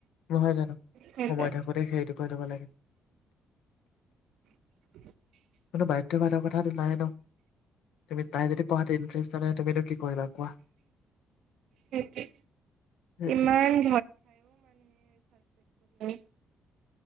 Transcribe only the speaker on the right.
সেইটোৱে
<unintelligible>
সেইটোৱে,
ইমান- <unintelligible> <unintelligible>